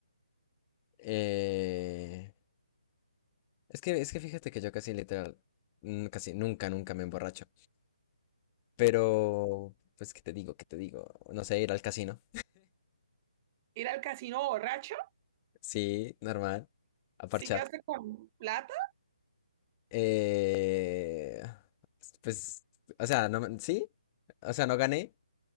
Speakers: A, on the left (about 20°); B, on the right (about 25°).
A: Eh, es que, es que fíjate que yo casi literal, mm, casi nunca, nunca me emborracho. Pero, pues, ¿qué te digo? ¿Qué te digo? No sé, ir al casino.
B: ¿Ir al casino borracho?
A: Sí, normal. A parchar.
B: Sí quedaste con plata.
A: Eh, pues, o sea, no, me- sí. O sea, no gané,